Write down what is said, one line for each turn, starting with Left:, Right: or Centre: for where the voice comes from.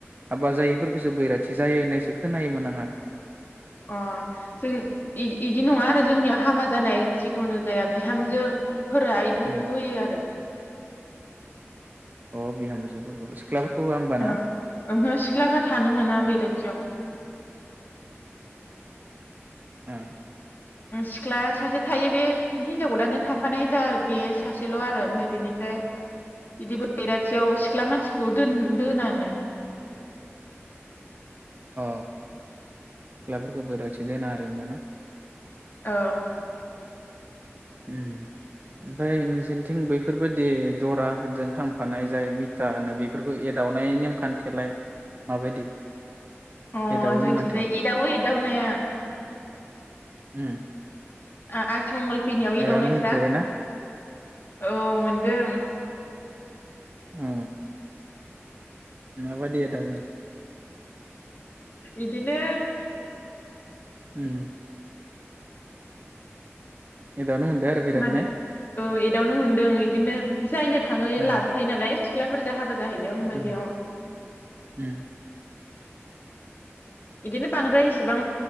Right: हाबा जायैफोरखौसो बैराथि जायो होननायसो खोनायोमोन आंहा
Left: अ जों इ-इदि नङा आरो जोंनियाव हाबा जानाय जिखुनु जाया बिहामजो फोरा बेफोरखौ
Right: उम
Left: होयो आरो।
Right: अ बिहामजोफोरखौ सिख्लाफोरखौ होआ होमबा ना
Left: औ ओहो सिख्लाफ्रा थानो मोना बैराथियाव
Right: ओ
Left: सिख्ला सासे थायो बे हिनजाव गोदानजों थाफानाय जा बे सासेल आरो ओमफ्राय बेनिफ्राय बिदि बैराथियाव सिख्ला मानसिखौ दोन-दोनानो।
Right: अ सिख्लाफोरखौ बैराथि दोना आरो होमबा न?
Left: औ
Right: उम ओमफ्राय नोंसोरनिथिं बैफोरबायदि दराजों थांफानाय जाय मिटा होनो बेफोरखौ एदावनाय नेमखान्थियालाय माबायदि?
Left: अ
Right: एदावोनो
Left: जोंनिथिंजाय
Right: माथो
Left: एदावो एदावनाया।
Right: उम
Left: आ-आ थि मंगल फैनायाव एदावनायफ्रा
Right: एदावनो मोनफेरबायना
Left: औ मोनदों।
Right: ओ माबादि एदावो?
Left: इदिनो
Right: उम एदावनो मोनदो आरो बिराद
Left: मालाय
Right: ने
Left: औ एदावनो मोनदों इदिनो जायनो थाङो
Right: ओ
Left: लाबोखायो नालाय सिख्लाफोरजों हाबा जाहैदों ओमफ्राय
Right: उम
Left: बेयाव
Right: उम
Left: बिदिनो बांद्राय इसेबां